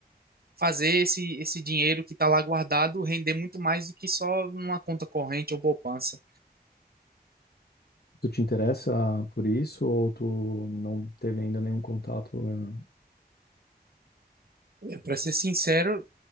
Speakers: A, on the right (about 65°); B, on the left (about 75°).
A: fazer esse, esse dinheiro que está lá guardado render muito mais do que só numa conta corrente ou poupança.
B: Tu te interessa por isso ou tu não teve ainda nenhum contato? eh?
A: Para ser sincero,